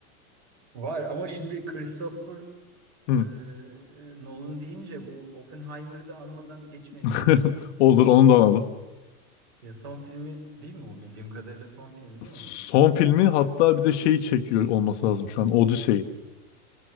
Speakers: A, on the right (about 35°); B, on the left (about 50°).
A: Var ama şimdi Christopher
B: Hı.
A: e, e, Nolan deyince bu Oppenheimer'ı da anmadan geçmeyelim
B: <laughs>
A: ya.
B: Olur onu da alalım.
A: Ya son filmi değil mi o? Bildiğim kadarıyla son filmi değil
B: Son
A: mi onun?
B: filmi hatta bir de şeyi çekiyor olması lazım şu an. Odyssey'i.